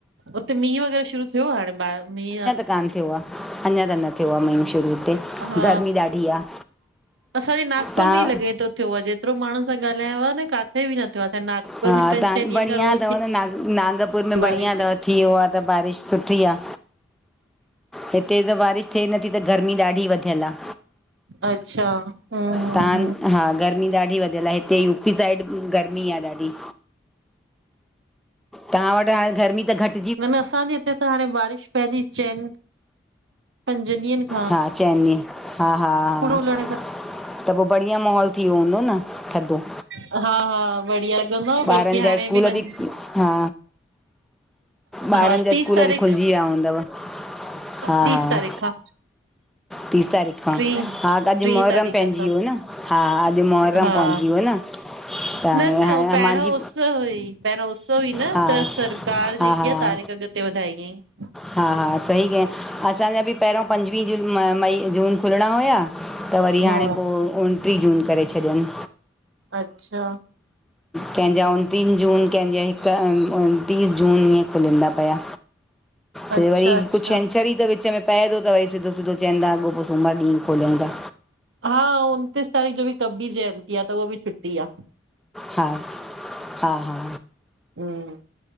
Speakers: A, on the right (about 85°); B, in the centre.
A: उते मीहुं वग़ैरह शुरू थियो आहे बाहेर हाणे मीहुं।
B: कन थियो आ। अञां त थियो आ महीनो शुरू। हुते
A: हा
B: गर्मी ॾाढी आहे
A: असांजे नागपुर
B: तव्हां
A: में ई लॻे थो। थियो आहे जेतिरो माणु सां ॻल्हयो न काथे बि न थियो असां नागपुर
B: हा
A: में टि्न
B: तव्हां
A: चेयन
B: बढ़िया
A: ॾींहंनि खां रोज़।
B: अथव न नाग नागपुर में बढ़िया
A: बारिश
B: अथव थी वयो आहे त बारिश सुठी आ। हिते त बारिश थिए नथी त गर्मी ॾाढी वधियल आह।
A: अच्छा। हम्म
B: त्हां
A: हम्म
B: हा गर्मी ॾाढी वधियल आहे हिते यूपी साइड गर्मी आहे ॾाढी। तव्हां वटि हाणे गर्मी त घट।
A: नन असांजे हिते त हाणे बारिश पयेती चेयन पंज ॾींहंन।
B: हा चेनी हा- हा- हा
A: लहण सां
B: त पोइ बढ़िया माहोल। थी वयो हूंदो न थद्दो।
A: हा- हा बढ़िया लॻंदो बल्कि
B: ॿारनि जा
A: हाणे
B: स्कूल
A: भी वञं।
B: बि हा। ॿारन
A: हा
B: जा
A: तीस
B: स्कूल
A: तारीख़
B: भी खुलजी वया हूंदव हा
A: तीस
B: हा।
A: तारीख़ खां
B: तीस तारीख़ खां
A: टीं
B: हा त अॼु
A: टीं
B: मुहर्रम
A: तारीख़
B: पइजी
A: खां
B: वयो आहे न हा अॼु महर्रम
A: हा
B: पइजी वयो न। त हाणे
A: न न
B: हाणे
A: उस पहिरियों
B: मुंहिंजी
A: उस हुई पहिरो उस हुई न
B: हा
A: त सरकार
B: हा
A: जी। कीअ
B: हा
A: तारीख अॻते वधाई अइ
B: हा हा सही कै असांजा बि पहिरयों पंजवीह जून म मई जून खुलणा हुया त वरी
A: हा
B: हाणे पो उणट्रीह जून करे छॾियन
A: अच्छा
B: कंहिंजा उनतीन जून कंहिंजा हिक टीस जून ईअं खुलंदा पया छो
A: अच्छा
B: वरी
A: अच्छा
B: कुछ छंछर त विच में पये थो त वरी सिधो सिधो चयंदा अॻो पो सूमर ॾींहुं खोलंदा
A: हा उनतीस तारीख़ जो भी कबीर जयंती आ त उहाो भी छुट्टी आ
B: हा -हा- हा
A: हम्म